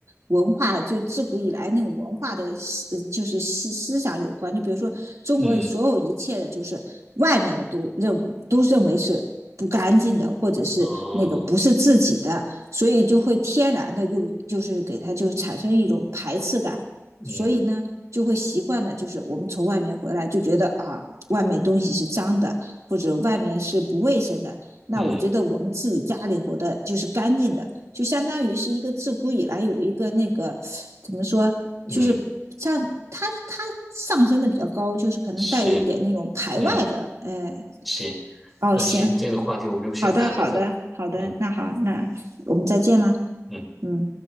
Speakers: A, on the right (about 75°); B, in the centre.
A: 文化，就自古以来那种文化的思，呃就是思思想有关。就比如说中国所有一切的，
B: 嗯，
A: 就是外面的都认都认为是不干净的，或者是那个不是自己的，
B: 哦，
A: 所以就会天然的又就是给他就产生一种排斥感，
B: 嗯，
A: 所以呢。就会习惯的，就是我们从外面回来就觉得啊，外面东西是脏的，或者外面是不卫生的，那我觉得我们自己家里头的就是干净的，
B: 嗯，
A: 就相当于是一个自古以来有一个那个怎么说，
B: 嗯，
A: 就是像它它上升的比较高，就是可能带一点那种排外的，
B: 行，嗯，
A: 哎，
B: 行，
A: 哦，
B: 那行，
A: 行，
B: 这个话题我们就先谈到这吧。
A: 好的，好的，好的，
B: 嗯
A: 那好，那我们再见啦，
B: 嗯。
A: 嗯。